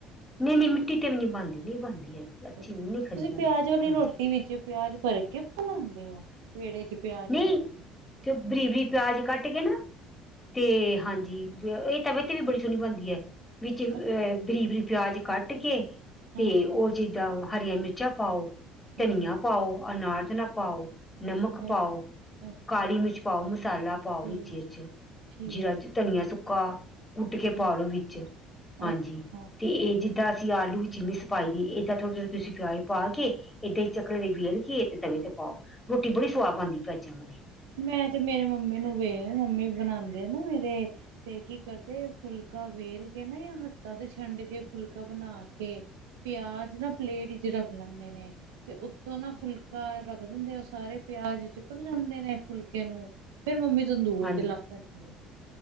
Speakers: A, on the left; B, on the right.
A: ਨਈ- ਨਈ ਮਿੱਟੀ ਤੇ ਵੀ ਨਈ ਬਣਦੀ, ਨਈ ਬਣਦੀ ਹੈਗੀ ਅੱਛੀ
B: ਤੁਸੀਂ
A: ਨੀ, ਖਰੀ ਬਣਦੀ
B: ਪਿਆਜ
A: ਹੈਗੀ,
B: ਵਾਲੀ
A: ਹਾਂਜੀ।
B: ਰੋਟੀ ਵਿੱਚ ਪਿਆਜ ਭਰ ਕੇ ਬਣਾਦੇ ਓ, ਪੇੜੇ ਚ ਪਿਆਜ
A: ਨਹੀਂ
B: ਭਰ ਕੇ।
A: ਤੇ ਬਰੀਕ- ਬਰੀਕ ਪਿਆਜ ਕੱਟ ਕੇ ਨਾ, ਤੇ ਹਾਂਜੀ। ਇਹ ਤਵੈ ਤੇ ਵੀ ਬੜੀ ਸੋਹਣੀ ਬਣਦੀ ਐ, ਵਿੱਚ ਅਹ
B: ਅੱਛਾ,
A: ਬਰੀਕ ਬਰੀਕ ਪਿਆਜ ਕੱਟ ਕੇ
B: ਹਾਂਜੀ
A: ਤੇ ਉਹ ਚੀਜ਼ਾਂ, ਹਰੀਆਂ ਮਿਰਚਾਂ ਪਾਓ, ਧਨੀਆ
B: ਅੱਛਾ
A: ਪਾਓ। ਅਨਾਜ ਨਾ ਪਾਓ, ਨਮਕ ਪਾਓ,
B: ਅੱਛਾ ਅੱਛਾ
A: ਕਾਲੀ ਮਿਰਚ ਪਾਓ, ਮਸਾਲਾ ਪਾਓ,
B: ਠੀਕ
A: ਵਿੱਚ ਇਚ
B: ਠੀਕ
A: ਜੀਰਾ ਚ ਧਨੀਆ ਸੁੱਕਾ, ਕੁਟ ਕੇ
B: ਹਾਂਜੀ
A: ਪਾਲੋ ਵਿੱਚ, ਹਾਂਜੀ,
B: ਅੱਛਾ
A: ਤੇ ਇਹ ਜਿੱਦਾ ਅਸੀ ਆਲੂ ਵਿਚ ਮਿਸ ਪਾਈ ਦੀ, ਇੱਦਾਂ ਥੋੜ੍ਹੇ -ਥੋੜ੍ਹੇ ਤੁਸੀ ਪਿਆਜ ਪਾ ਕੇ ਏਦਾਂ ਹੀ ਚਕਲੇ ਤੇ ਵੇਲ ਕੇ, ਤੇ ਤਵੇ ਤੇ ਪਾਓ, ਰੋਟੀ ਬੜੀ ਸੁਆਦ ਬਣਦੀ ਪਿਆਜਾ ਵਾਲੀ।
B: ਮੈਂ ਤੇ ਮੇਰੇ ਮੰਮੀ ਨੂੰ ਵੇਖ ਮੰਮੀ ਬਣਾਉਦੇ ਨਾ ਮੇਰੇ। ਤੇ ਕੀ ਕਰਦੇ ਫੁਲਕਾ ਵੇਲ ਕੇ ਨਾ ਯਾਂ ਹੱਥਾਂ ਤੇ ਛੰਡ ਕੇ ਫੁਲਕਾ ਬਣਾ ਕੇ ਪਿਆਜ ਨਾ ਪਲੇਟ ਵਿੱਚ ਰੱਖ ਲੈਂਦੇ ਨੇ ਤੇ ਉੱਤੋਂ ਨਾ ਫੁਲਕਾ ਰੱਖ ਦਿੰਦੇ, ਉਹ ਸਾਰੇ ਪਿਆਜ ਚਿਪਕ ਜਾਂਦੇ ਨੇ। ਫੁਲਕੇ ਨੂੰ, ਫੇਰ ਮੰਮੀ ਤੰਦੂਰ
A: ਹਾਂਜੀ
B: ਤੇ ਲਾ ਲੈਂਦੀ ਏ।